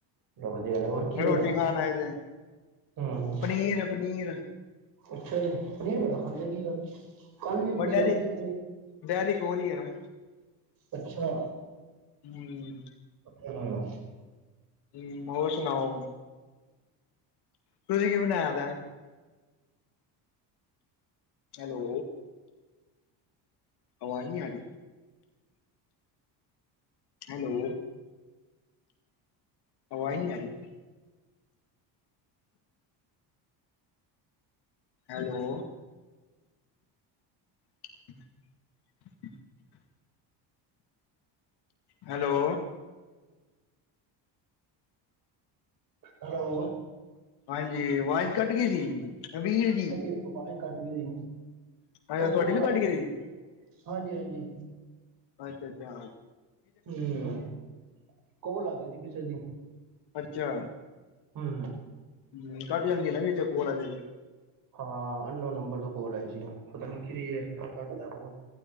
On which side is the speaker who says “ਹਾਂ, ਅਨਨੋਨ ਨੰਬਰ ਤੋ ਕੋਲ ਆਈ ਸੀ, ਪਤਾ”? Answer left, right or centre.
Right